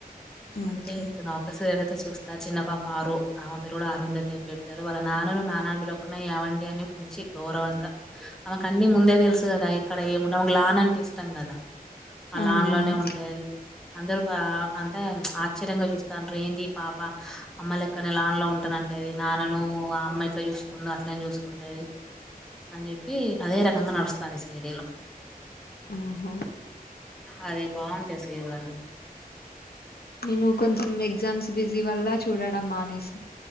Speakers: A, in the centre; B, on the left.
A: అందుకే
B: ఓకే
A: చెప్తున్నా ఒకస అ చూస్తా చిన్న పాప ఆరు ఆమె పేరు కూడా ఆరుందతి పెడతారు వాళ్ళ నాన్నని నాన్న పిలవకుండా ఏవండి అని మంచి గౌరవంగా ఆమెకు అన్ని ముందే తెలుసు కదా ఇక్కడ ఏమున్న లాన ఇష్టం కదా అలాంలోనే
B: అవునవును
A: ఉంటాయి అందరు అంటే ఆశ్చర్యంగా చూస్తండ్రి ఏంది ఈ పాప అమ్మలేక్కనే లాన్లో ఉంటానంటే నాన్నను అమ్మ ఎట్లా చూసుకుందో అట్లే చూసుకుంటది అని చెప్పి అదే రకంగా నడుస్తాంది సీరిల్లో
B: ఆహా
A: అదే బాగుంటది సీరియలు
B: నేను కొంచెం ఎగ్జామ్స్ బిజీ వల్ల చూడడం మానేస్